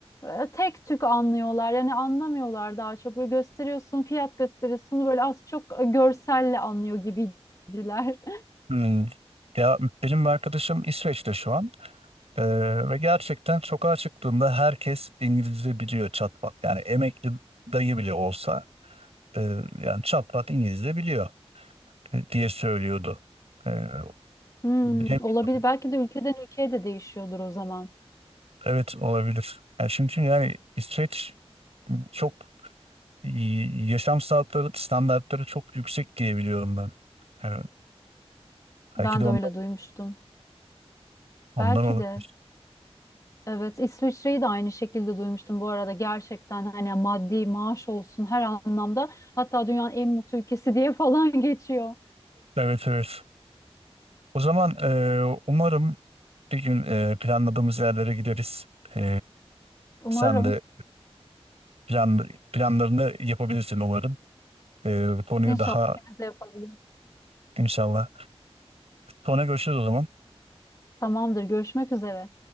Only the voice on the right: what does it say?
Hmm. Ya benim arkadaşım İsveç'te şu an Ee, ve gerçekten sokağa çıktığında herkes İngilizce biliyor çatpat. Yani emekli dayı bile olsa e, yani çatpat İngilizce biliyor e, diye söylüyordu. Ee,
bilemiyorum.
evet olabilir. Yani çünkü yani İsveç çok iyi- yaşam standartları, standartları çok yüksek diye biliyorum ben. Yani
belki de ondan,
ondan
olabilir.
Evet evet. O zaman e, umarım bir gün e, planladığımız yerlere gideriz. E,
sen de plan, planlarını yapabilirsin umarım. E, bu konuyu
daha
inşallah. Sonra görüşürüz o zaman.